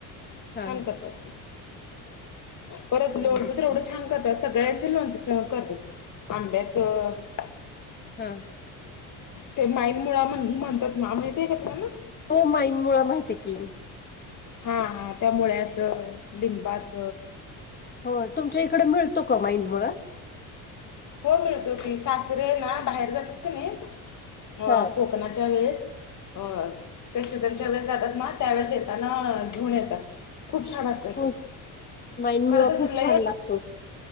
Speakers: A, on the left; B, on the left.
A: हा
B: छान करतात परत
A: बारीक
B: लोणचं तर
A: करून
B: एवढं छान करतात सगळ्यांच लोणच करतात आंब्याचं
A: हा
B: ते माईन मुळा म्हण म्हणतात मा माहती आहे का तुम्हाला
A: हो माईन मुळा माहिती आहे की
B: हा हा त्यामुळेच लिंबाच
A: हो तुमच्या इकडे मिळतो का माईन मुळा
B: हो मिळतो की सासरे ना बाहेर जातात का नाही अ
A: हा.
B: कोकणाच्या वेळेस अ ते शिजनच्या वेळेस जातात ना त्यावेेळेस येताना घेऊन येतात खूप छान असतात
A: हो माईन
B: खरच
A: मुळा खूप
B: ल
A: छान लागतो.